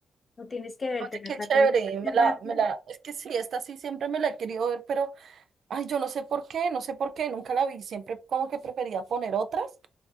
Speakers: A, on the left; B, on the right.
A: No tienes que vértela
B: Oye, qué
A: también
B: chévere, me
A: hace
B: la,
A: rato.
B: me la, es que sí, esta sí siempre me la he querido ver, pero, ay, yo no sé por qué, no sé por qué, nunca la vi, siempre como que prefería poner otras.